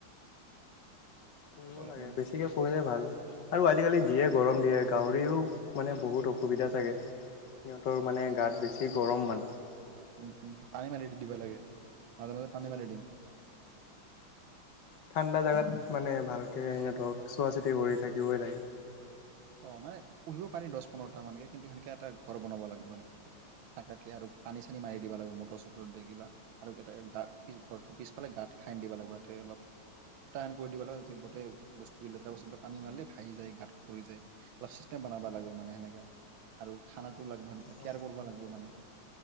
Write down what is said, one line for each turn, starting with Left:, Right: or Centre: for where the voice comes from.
Left: পঢ়িব
Right: অলপ
Left: লাগে,
Right: মানে
Left: বেছিকে পঢ়িলে ভাল আৰু আজিকালি
Right: হয়
Left: যিয়ে গৰম দিয়ে গাহৰিও মানে, বহুত অসুবিধা চাগে, সিহঁতৰ মানে, গাত বেছি গৰম মানে
Right: উম উম, পানী মানি দিব লাগে। মাজে মাজে পানী
Left: উম,
Right: মাৰি দিম।
Left: ঠাণ্ডা জাগাত। মানে ভালকৈ সিহঁতৰ চোৱা চিতি কৰি থাকিব লাগে।
Right: অ, মানে পুহিব পাৰি দশ পোন্ধৰটা মানকে কিন্তু সেনেকে এটা ঘৰ বনাব লাগিব। থাকে আৰু পানী চানী মাৰি দিবা লাগিব মটৰ চটৰ দি কিবা আৰু এ গ পিছ ঘৰটো পিছফালে গাঁত খাই দিবা লাগিব তাতে অলপ উটায়ন কৰি দিব লাগে যাতে গোটেই বস্তুব লেতেৰা বস্তুবিলাক পানী মাৰিলে ভাহি যায় গাঁত পৰি যায়। প্লাছ চিষ্টেম বনাবা লাগিব মানে সেনেকে আৰু খানা। লাগিব এনেকে
Left: অ
Right: কেয়াৰ কৰিব লাগিব মানে।